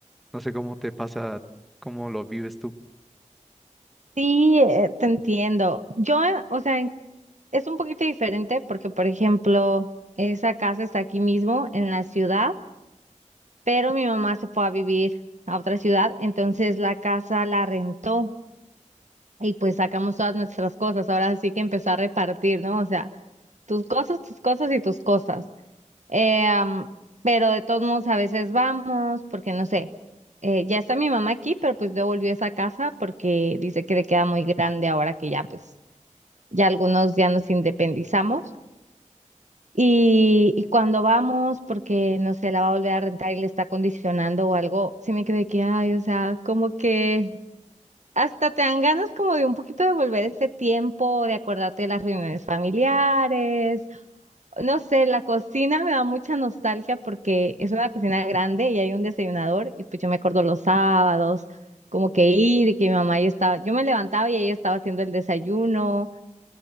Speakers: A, in the centre; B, on the right (about 65°).
A: No sé cómo te pasa, cómo lo vives tú.
B: Sí, eh, te entiendo. Yo, eh, o sea, Es un poquito diferente porque, por ejemplo, esa casa está aquí mismo en la ciudad, pero mi mamá se fue a vivir a otra ciudad, entonces la casa la rentó y pues sacamos todas nuestras cosas. Ahora sí que empezó a repartir, ¿no? O sea, tus cosas, tus cosas y tus cosas. Eh, am, pero de todos modos a veces vamos porque, no sé, eh, ya está mi mamá aquí, pero pues devolvió esa casa porque dice que le queda muy grande ahora que ya pues ya algunos ya nos independizamos. Y, y cuando vamos, porque no sé, la va a volver a rentar y le está condicionando o algo, sí me quedé que, ay, o sea, como que hasta te dan ganas como de un poquito de volver ese tiempo, de acordarte de las reuniones familiares. No sé, la cocina me da mucha nostalgia porque es una cocina grande y hay un desayunador y pues yo me acuerdo los sábados, como que ir y que mi mamá ya estaba, yo me levantaba y ella estaba haciendo el desayuno.